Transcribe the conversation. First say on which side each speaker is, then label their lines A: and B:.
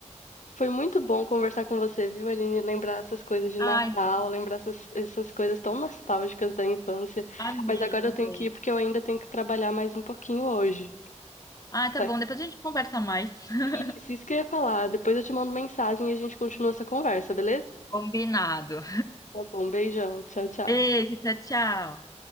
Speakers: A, on the left (about 85°); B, on the left (about 30°).
A: foi muito bom conversar com você, viu, Aline? Lembrar essas coisas de
B: Ai,
A: Natal, lembrar essas, essas coisas tão nostálgicas da infância.
B: amei
A: Mas agora
B: também.
A: eu tenho que ir porque eu ainda tenho que trabalhar mais um pouquinho hoje.
B: Ah, tá
A: Tá?
B: bom. Depois a gente conversa mais. <laughs>
A: Isso, isso que eu ia falar. Depois eu te mando mensagem e a gente continua essa conversa, beleza?
B: Combinado.
A: Tá bom, beijão. Tchau, tchau.
B: Beijo, tchau, tchau.